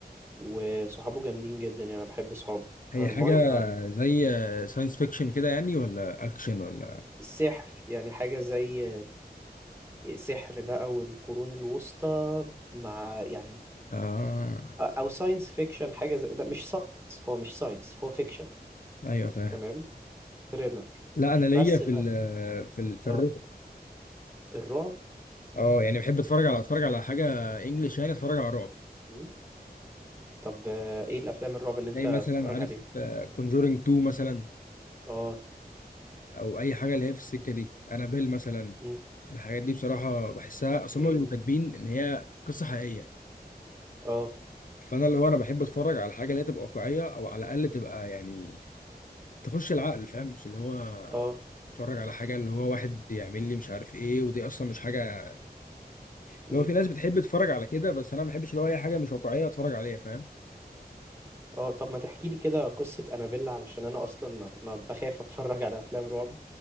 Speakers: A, on the right; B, on the left.
A: وصحابه جامدين جدا يعني أنا بحب صحابه
B: هي
A: هرماي
B: حاجه
A: ه...
B: زي ساينس فيكشن كده يعني ولا اكشن ولا
A: السحر يعني حاجة زي سحر بقى والقرون الوسطى مع يعني
B: اه
A: أو ساينس فيكشن حاجة زي لا مش ساينس هو مش ساينس هو فيكشن
B: ايوه فاهم
A: تمام ثريلر
B: لا انا ليا
A: بس
B: في
A: بقى
B: ال في ال في
A: اه
B: الرعب
A: الرعب
B: اه يعني بحب اتفرج على اتفرج على حاجه انجلش يعني اتفرج على رعب
A: مم. طب آه، ايه الافلام الرعب اللي انت
B: زي
A: بتتفرج
B: مثلا عارف
A: عليها
B: كونجورينج 2 مثلا
A: اه
B: او اي حاجه اللي هي في السكه دي انابيل مثلا
A: مم.
B: الحاجات دي بصراحه بحسها اصل
A: ايه
B: هم بيبقوا كاتبين ان هي قصه حقيقيه
A: اه
B: فانا اللي هو انا بحب اتفرج على حاجه اللي هي تبقى واقعيه او على الاقل تبقى يعني تخش العقل فاهم مش اللي هو
A: اه
B: اتفرج على حاجه اللي هو واحد يعمل لي مش عارف ايه ودي اصلا مش حاجه اللي
A: مم.
B: هو في ناس بتحب تتفرج على كده بس انا ما بحبش اللي هو اي حاجه مش واقعيه اتفرج عليها فاهم
A: اه طب ما تحكي لي كده قصة أنابيلا علشان أنا أصلا ما, ما بخاف أتفرج على أفلام رعب